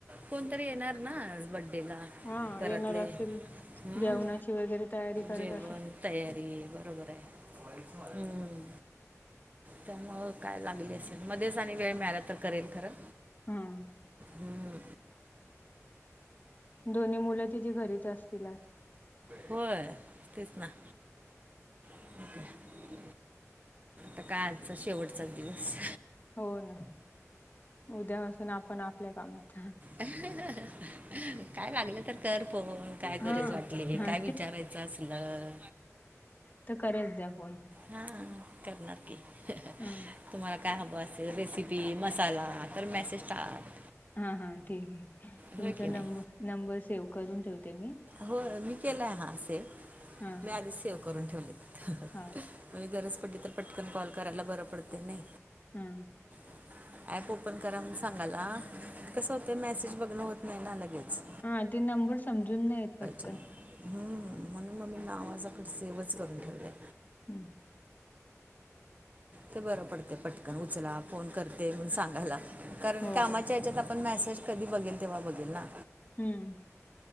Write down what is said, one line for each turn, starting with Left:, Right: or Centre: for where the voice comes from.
Right: कोणतरी येणार ना आज बड्डेला
Left: हा
Right: घरातले
Left: येणार असेल
Right: हम्म
Left: जेवणाची वगैरे तयारी करत
Right: जेवण
Left: असेल.
Right: तयारी बरोबर आहे, हम्म त्यामुळं काय लागली असेल मध्येच आणि वेळ मिळाला तर करेन खरं
Left: हम्म
Right: हम्म
Left: दोन्ही मुलं तिची घरीच असतील आज
Right: होय तेच ना अ तर काय आजचा शेवटचा दिवस
Left: हो ना उद्या आसंल आपण आपल्या कामात.
Right: अहहह काय लागलं तर कर फोन. काय
Left: हा
Right: गरज वाटली,
Left: हा
Right: काय विचारायचं असलं
Left: तु करत जा फोन.
Right: हा. करणार की. हे है.
Left: हा
Right: तुम्हाला काय हवं असेल रेसिपी, मसाला तर मेसेज टाक.
Left: हा हा ठीक आहे. तुमचा
Right: होय की
Left: नंबर
Right: नाही
Left: नंबर सेव्ह करून ठेवते मी
Right: हो मी केलंय हा सेव्ह.
Left: हा
Right: मी
Left: का
Right: आधी सेव करून ठेवले.
Left: हा
Right: होय गरज पडली तर पटकन कॉल करायला बरं पडतय नय.
Left: हम्.
Right: <inaudible> ऍप ओपन करा म्हणून सांगाला, कसं होतं मेसेज बघणं होत नाही ना लगेच.
Left: हा ते नंबर समजून नाहीे येत पट
Right: हम् म्हणून मग मी नावासकट सेव्हच करून ठेवलय.
Left: हम्म.
Right: ते बरं पडते पटकन उचला फोन करते म्हणून सांगायला कारण
Left: हो
Right: कामा ज्याच्यात आपण मेसेज कधी बघेल तेव्हा बघेल ना.
Left: हम्म.